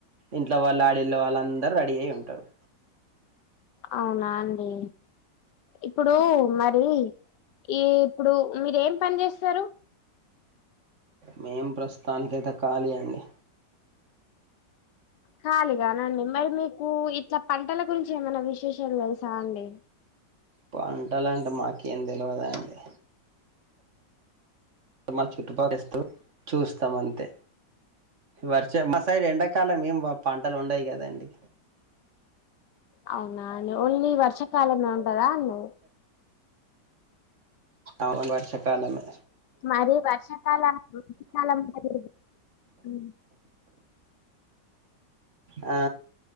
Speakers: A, on the right; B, on the left.
A: ఇంట్లో వాళ్ళు ఆడేళ్ళ వాళ్ళ అందరుూ రెడీ అయి ఉంటారు
B: అవునా అండి ఇప్పుడు మరి ఈ ఇప్పుడు మీర ఏం పని చేస్తారు
A: మేం ప్రస్తుతానికయితే ఖాళీ అండి
B: ఖాళీగానండి. మరి మీకు ఇట్లా పంటల గురించి ఏమైనా విశేషాలు తెలుసా అండి.
A: పంటాలంటే మాకు ఏం తెలివాదా అండి. మా చుట్టుపక్కస్తూ చూస్తాం. అంతే వర్షం మా సైడ్ ఎండాకాలం ఏం పంటలు ఉండయి కదండి.
B: అవునా ఓన్లీ వర్షమ్ కాలమే <unintelligible> కదా అండీ
A: అవును వర్షకాలమే
B: మది వర్షాకాలం <unintelligible>
A: ఆ